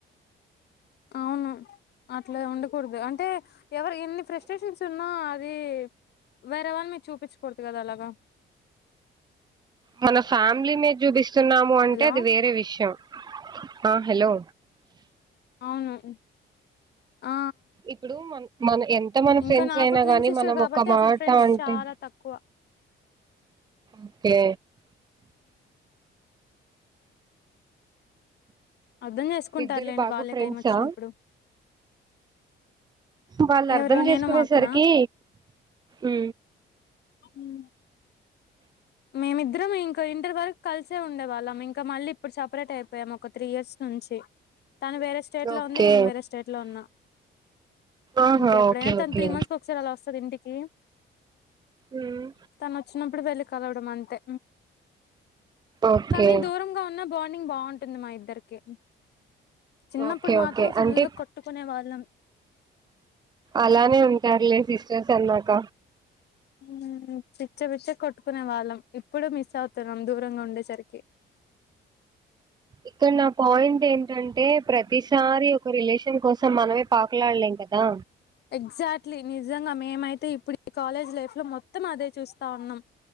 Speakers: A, on the left; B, on the right.
A: అవును అట్లా ఉండకూడదు అంటే ఎవరు ఎన్ని ఫ్రస్ట్రేషన్స్ ఉన్నా అద్ ది వేరేవళ మీ చూపించకూడదు కదా అలాగా
B: మన ఫ్యామిలీ మీద చూపిస్తున్నాము అంటే
A: హలో
B: అది వేరే విషయం ఆ హలో
A: అవును ఆ
B: ఇప్పుడు మన మన ఎం ఎంత మన
A: ఇంకా
B: ఫ్రెండ్స్
A: నాకు
B: అయినా
A: ట్విన్
B: గానీ
A: సిస్టర్
B: మనం
A: కాబట్టి
B: ఒక్క మాట
A: అసలు ఫ్రెండ్స్
B: అంటే
A: చాలా తక్కువ
B: ఓకే
A: అర్ధం చేసుకుంటారులేండి
B: ఇద్దరు బాగా
A: వాళ్ళే
B: ఫ్రెండ్సా
A: టైం వచ్చినప్పుడు
B: వాళ్ళు అర్ధం
A: ఎవరు
B: చేసుకునేసరికి
A: నేను మా అక్కనా
B: ఊ
A: హ్మ్.
B: అ <inaudible>
A: మేమిద్దరం ఇంకా ఇంటర్ వరకు కలిసే ఉండే వాళ్ళం ఇంకా మళ్ళీ ఇప్పుడు సపరేట్ అయిపోయాము ఒక త్రీ ఇయర్స్ నుంచి తను వేరే స్టేట్లో
B: ఓకే
A: ఉంది నేను వేరే స్టేట్లో ఉన్నా
B: ఆహా
A: ఇంకెప్పుడైనా
B: ఓకే
A: తన
B: ఓకే
A: త్రీ మంత్స్ కి ఒకసారి అలా వస్త ది ఇంటికి
B: ఉమ్,
A: తను వచ్చినప్పుడు వెళ్లి కలవడం అంతే
B: ఓకే
A: కానీ దూరంగా ఉన్నా బాం బాండింగ్ బాగుంటుంది మా ఇద్దరికి చిన్నప్పుడు
B: ఓకే
A: మాత్రం
B: ఓకే
A: ఫుల్
B: అంటే
A: కొట్టుకునే వాళ్ళం
B: అలానే ఉంటారులే సిస్టర్స్ అన్నాక
A: ఉమ్ పిచ్చ పిచ్చ కొట్టుకునే వాళ్ళం ఇప్పుడు మిస్ అవుతున్నాం దూరంగా ఉండేసరికి
B: ఇక్కడ నా పాయింట్ ఏంటంటే ప్రతిసారి ఒక రిలేషన్ కోస్ సం మనమే పాకులాడలేం కదా
A: ఎగ్జాక్ట్లీ నిజంగా మేమైతే ఇప్పుడు ఈ కాలేజ్ లైఫ్ లో మొత్తం అదే చూస్తా ఉన్నాం